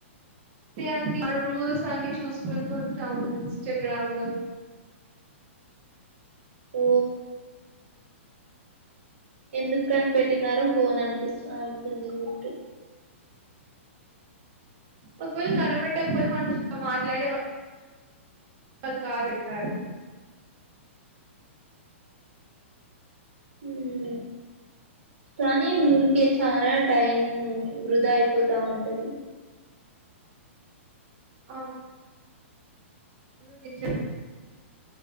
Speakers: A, on the right; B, on the right.
A: తె అండి ఆ రూల్స్ అన్ని చూసుకుంటుంటాము మేం ఇన్స్టాగ్రామ్ లో
B: ఓ ఎందుకు కని పెట్టినారో ఫోన్ అనిపిస్తా అంటుంది ఊరికె
A: ఒకవేళ కనిపెట్టక పోతే మనం ఇట్ల మాట్లాడేవాల్ కాదు ఎక్కారు
B: ఉమ్ కానీ ఊరికే చాలా టైమ్ వృధా అయిపోతా ఉంటది
A: అవున్ అవును నేన్చెప్